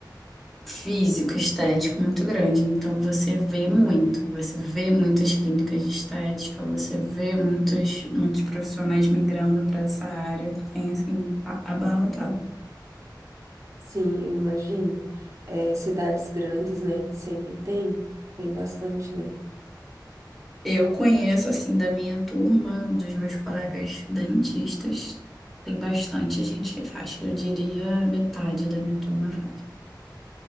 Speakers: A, in the centre; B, on the right.
A: físico, estético muito grande. Então você vê muito, você vê muitas clínicas de estética, você vê muitos, muitos profissionais migrando para essa área. Tem assim, a- abarrotado.
B: Sim, eu imagino. É, cidades grandes, né? Sempre tem, tem bastante, né?
A: Eu conheço assim da minha turma, dos meus colegas dentistas, tem bastante gente que faz. Eu diria metade da minha turma faz.